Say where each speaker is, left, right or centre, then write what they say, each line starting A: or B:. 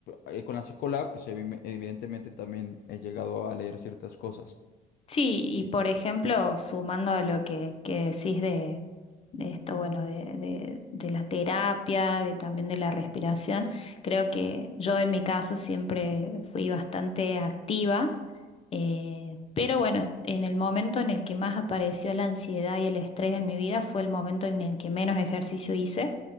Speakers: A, on the left; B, on the left.
A: eh, con la psicóloga, pues evi- evidentemente también he llegado a leer ciertas cosas.
B: Sí, y
A: Sí.
B: por ejemplo, sumando a lo que, que decís de, de esto, bueno, de, de- de la terapia, de también de la respiración, creo que yo en mi caso siempre fui bastante activa, eh, pero bueno, en el momento en el que más apareció la ansiedad y el estrés en mi vida fue el momento en el que menos ejercicio hice,